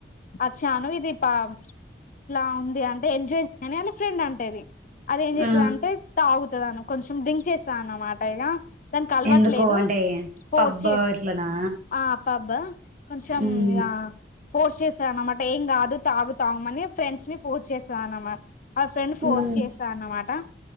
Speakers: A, on the left; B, on the right.
A: వచ్చాను ఇది ప ఇలా ఉంది అంటే ఎంజాయ్ చేయి అని వాళ్ళ ఫ్రెండ్ అంటది అది ఏం చేస్తది
B: ఆ.
A: అంటే తాగుతది అను కొంచెం డ్రింక్ చేస్తా అనమాట ఇగ దానికి అలవాటు
B: ఎందుకు
A: లేదు
B: అంటే
A: ఫోర్స్
B: పబ్
A: చేస్
B: ఇట్లనా
A: ఆ పబ్ కొంచెం
B: మ్మ్.
A: ఇగా ఫోర్స్ చేస్తదనమాట ఏం గాదు తాగుతామని ఫ్రెండ్స్ ని ఫోర్స్ చేస్తదనమాట. వాళ్ల ఫ్రెండ్ ఫోర్స్
B: మ్మ్.
A: చేస్తదనమాట.